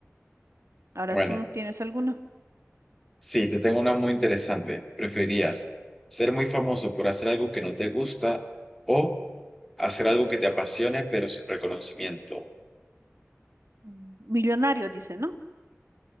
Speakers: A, on the right; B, in the centre.
A: Ahora
B: Bueno,
A: tú tienes alguna.
B: Sí, te tengo una muy interesante. ¿Preferirías ser muy famoso por hacer algo que no te gusta o hacer algo que te apasione pero sin reconocimiento?
A: Mm, Millonario, dice, ¿no?